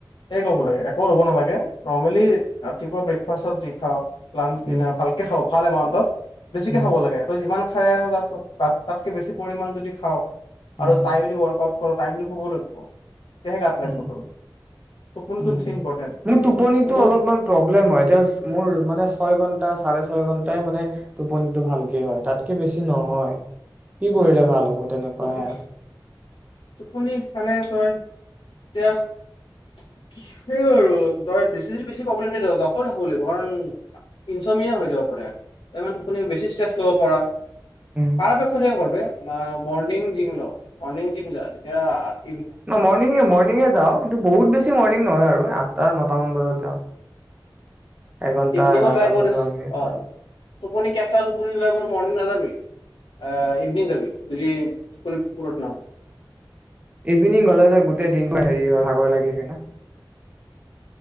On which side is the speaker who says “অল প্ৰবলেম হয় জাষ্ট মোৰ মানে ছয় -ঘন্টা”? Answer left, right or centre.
Right